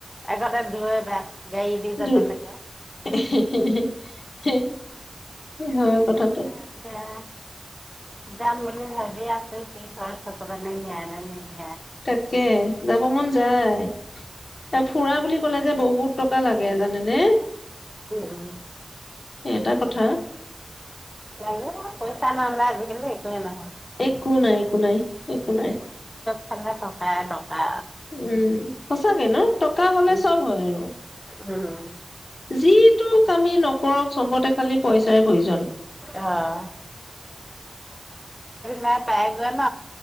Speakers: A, in the centre; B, on the left.
A: আগতে <unintelligible>
B: <unintelligible>
A: যাব লাগে।
B: <unintelligible> হয় কথাটো।
A: এতিয়া যাম বুলি ভেৰি আছ কি ঘৰত থতে নায় ন ন
B: তাকে যাব মন যায় ত ফুৰা
A: উম,
B: বুলি ক'লে যে বহুত টকা লাগে জানেনে
A: উম,
B: এটা কথা
A: লাগে পইচা নহলে আজিকালি একোৱে নহয়।
B: একো নাই একো নাই একো নাই।
A: লাগে টকাই টকা।
B: উম সচাকে ন। টকা হলে
A: উম।
B: চব হয় আৰু
A: উম,
B: যিটো আমি নকৰক চবতে খালি পইচাৰ প্ৰয়োজন।
A: অ' ন পাই গল ন।